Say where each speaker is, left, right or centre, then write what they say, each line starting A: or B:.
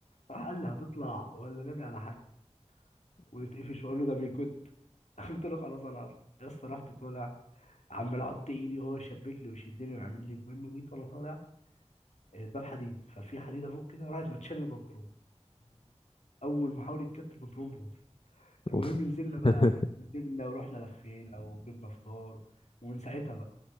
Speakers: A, on the left (about 75°); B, on the left (about 50°).
A: راح قال لي هتطلع ولا نادي على حد ونتقفش واقول له ده بيكت <laughs> قلت له خلاص انا هطلع يا اسطى رحت طالع عمال احط ايدي وهو يشبك لي ويشدني ويعمل لي المهم جيت وانا طالع الباب حديد ففي حديده فوق كده راحت متشال البنطلون اول ما حاول يتكت البنطلون باظ
B: <laughs>
A: المهم
B: اوف
A: نزلنا
B: <laughs>
A: بقى نزلنا ورحنا لفينا وجبنا فطار ومن ساعتها بقى